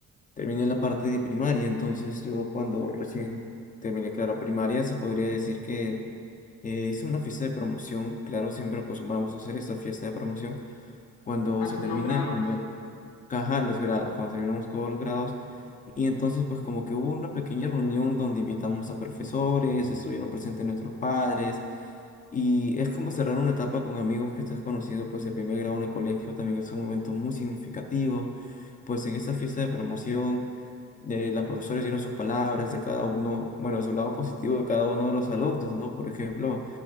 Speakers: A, on the left (about 25°); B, on the left (about 85°).
A: Terminé la parte de primaria, entonces yo cuando recién terminé, claro, primaria, se podría decir que eh, hice una fiesta de promoción, claro, siempre acostumbramos a hacer esta fiesta de promoción cuando
B: Ah,
A: se
B: son
A: termina
B: los grados.
A: el primer caja, los grados, cuando terminamos todos los grados, y entonces pues como que hubo una pequeña reunión donde invitamos a profesores, estuvieron presentes nuestros padres, y es como cerrar una etapa con amigos que estás conocido, pues el primer grado en el colegio también es un momento muy significativo, pues en esta fiesta de promoción eh, las profesoras dieron sus palabras de cada uno, bueno, su lado positivo de cada uno de los alumnos, ¿no? Por ejemplo,